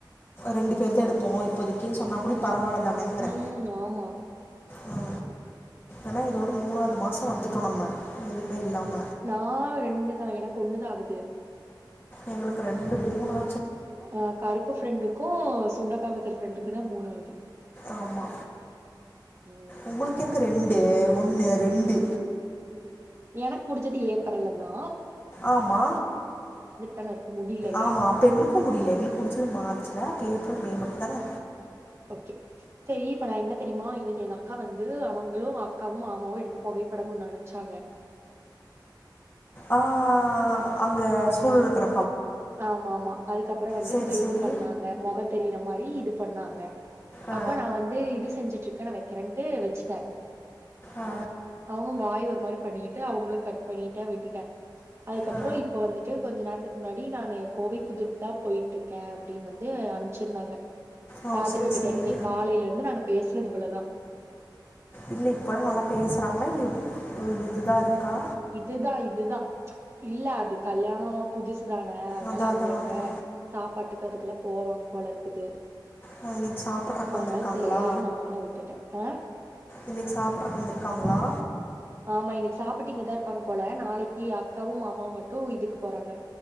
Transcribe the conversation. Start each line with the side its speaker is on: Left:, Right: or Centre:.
Left: ரெண்டு பேருதா எடுப்போ இப்போதைக்குன்னு சொன்னா கூடி பரவாயில்ல தானேங்கிறே
Right: ம். ஆமா.
Left: ஆ ஏன்னா இதோட மூணாவது மாசோ வந்துட்டோ நம்ம எதுவுமே இல்லாம
Right: நா ரெண்டு தா எனக்கு ஒண்ணுதா ஆகுது
Left: எங்களுக்கு ரெண்டு மூணா
Right: ஆ கருப்பு ஃப்ரெண்டுக்கு ஸ் சுண்ட காமத்தர் ப்ரெண்டுக்கு தா மூணாவது
Left: ஆமா
Right: ம்
Left: உங்களுக்கு எங்க ரெண்டு முள்ளு ரெண்டு
Right: எனக்கு புடிச்சது ஏப்ரல்லதா
Left: ஆமா
Right: தான இருக்கு முடியலல்ல
Left: ஆமா அப்ப எங்களுக்கு முடியல எங்களுக்கு புடிச்சது மார்ச்ல ஏப்ரல் மே மட்டு இதான
Right: ஓகே சேரி இப்ப நா என்ன தெரியுமா இன்னக்கி எங்க அக்கா வந்து அவங்களு அக்காவு மாமாவு எடுத்து போகை பட மு ஒன்னு அமிச்சாங்க
Left: ஆ அங்க சூழ் இருக்கற
Right: ஆமா ஆமா அதுக்கப்புறோ வந்து
Left: சேரி
Right: க
Left: சேரி
Right: இது பண்ணாங்க முக தெரியற மாரி இது பண்ணாங்க
Left: ஆ
Right: அப்ப நா வந்து இது செஞ்சுட்ருக் க்கன வக்கிறேன்ட்டு வச்சுட்டே
Left: ஆ
Right: அவங்க வாய் ஒரு மாரி பண்ணிட்டு அவங்களு கட் பண்ணிட்டு விட்டுட்டே அதுக்கப்புறோ
Left: ஆ
Right: இப்ப வந்துட்டு கொஞ்ச நேரத்துக்கு முன்னாடி நானு கோவை புதருக்கு தா போயிட்டு இருக்கே அப்டின்னு வந்து அனுச்சிருந்தாங்க
Left: ஓ
Right: பாத்துட்டு
Left: சேரி
Right: விட்டுட்டே
Left: சேரி
Right: இன்னக்கி காலைல இருந்து நாங்க பேசுனது இவ்ளதா
Left: இல்ல இப்போல்லா நல்லா பேசுறாங்களா இல்ல இதுதா இருக்கா
Right: இதுதா இதுதா இல்ல அது கல்யாணோ புதுசு குதானே அதனால
Left: அதா
Right: அங்க
Left: அதா
Right: இங்க
Left: அதா
Right: சாப்பாட்டுக்கு அதுக்கெல்லா போவாங்க போல இருக்குது
Left: ஆ இன்னைக்கு சாப்புட்றக்கு
Right: அதனால
Left: வந்திருக்காங்களா
Right: சேரின்னு நானு விட்டுட்டே ஆ
Left: இன்னக்கு சாப்பிட்றக்கு வந்துருக்காங்களா
Right: ஆமா இன்னக்கி சாப்ட்டீங்கதா இருப்பாங்க போல நாளக்கி அக்காவு மாமாவு மட்டு இதுக்கு போறாங்க